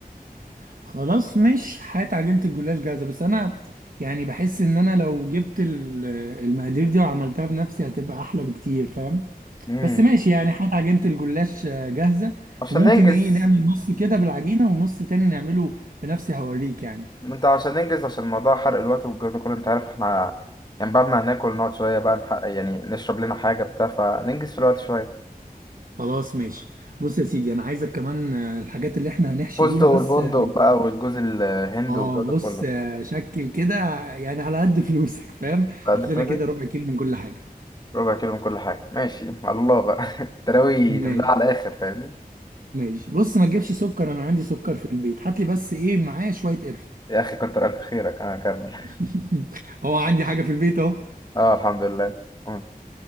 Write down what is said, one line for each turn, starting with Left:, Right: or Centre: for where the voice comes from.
Right: خلاص مش هات عجينه الجلاش جاهزه بس انا يعني بحس ان انا لو جبت ال- المقادير دي وعملتها بنفسي هتبقى احلى بكتير فاهم
Left: امم
Right: بس ماشي يعني هات عجينه الجلاش آه، جاهزه
Left: عشان
Right: وممكن
Left: ننجز
Right: ايه نعمل نص كده بالعجينه ونص تاني نعمله بنفسي هوريك يعني
Left: انت عشان ننجز عشان موضوع حرق الوقت والجو ده كله انت عارف احنا يعني بعد ما هناكل نقعد شويه بقى نحقق يعني نشرب لنا حاجه بتاع فننجز في الوقت شويه
Right: خلاص ماشي بص يا سيدي انا عايزك كمان آه، الحاجات اللي احنا هنحشي
Left: فستق
Right: بيها بس
Left: والبندق
Right: اه
Left: بقى والجوز الهند
Right: آه،
Left: والجو ده
Right: بص
Left: كله
Right: آه، شكل كده يعني على قد فلوسك فاهم
Left: فقد
Right: هات
Left: فلوسي
Right: لنا كده ربع كيلو من كل حاجه
Left: ربع كيلو من كل حاجه ماشي على الله بقى <laughs> تراوي تملاها
Right: ماشي
Left: على الاخر فاهمني
Right: ماشي بص ما تجيبش سكر انا عندي سكر في البيت هات لي بس ايه معايا شويه قرفه
Left: يا اخي كتر الف خيرك انا كمل
Right: <laughs> هو عندي حاجه في البيت اهو
Left: اه الحمد لله مم.